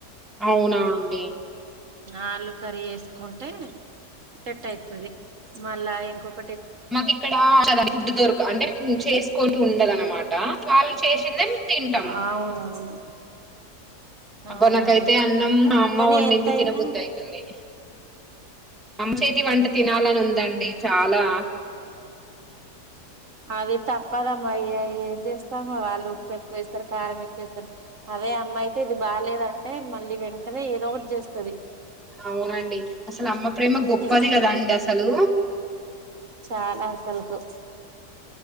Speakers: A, in the centre; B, on the right (about 55°).
A: అవునా అండి
B: ఆలు కర్రీ వేసుకుంటే సెట్ అవుతుది మళ్ళా ఇంకొక
A: మాకు ఇక్కడ ఫుడ్ దొరక అంటే చేసుకుంటూ ఉండదనమాట వాళ్ళు చే చిన్నె తింటం
B: అవునవును అవునా
A: అబ నాకైతే అన్నం మా అమ్మ
B: కానీ
A: వండింది
B: ఎంతయినా
A: తినబుద్ధి అవుతుంది రమ్మచతి వంట తినాలని ఉందండి చాలా
B: అది తప్పదమ్మా ఏం చేస్తామా వాళ్ళు ఉప్పు ఎక్కువ వేస్తారు కారం ఎక్కువ వేస్తారు అదే అమ్మ అయితే ఇది బాలేదంటే మళ్ళీ వెంటనే ఏదో ఒకటి చేస్తుది
A: అవునండి అసలు అమ్మ ప్రేమ గొప్పది
B: మళ్ళీ
A: కదా అండి అసలు
B: చాలా అసలుకు